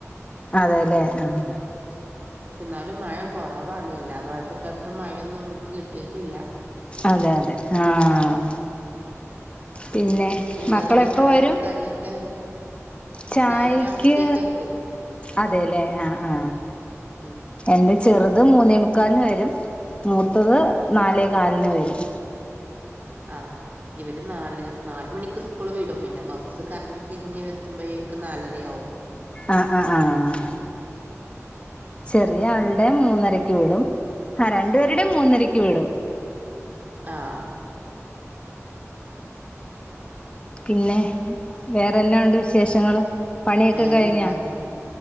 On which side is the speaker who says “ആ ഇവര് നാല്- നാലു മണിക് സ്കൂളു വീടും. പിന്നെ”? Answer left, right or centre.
Right